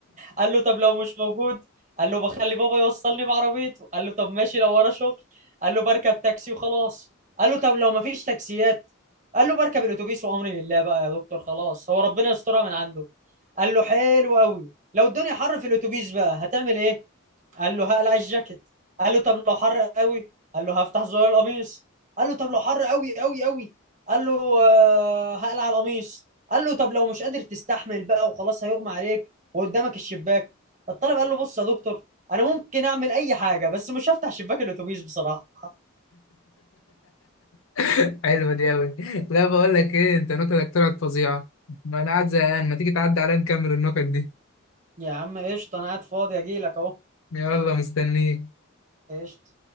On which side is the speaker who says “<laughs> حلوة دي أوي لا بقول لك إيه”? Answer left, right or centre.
Left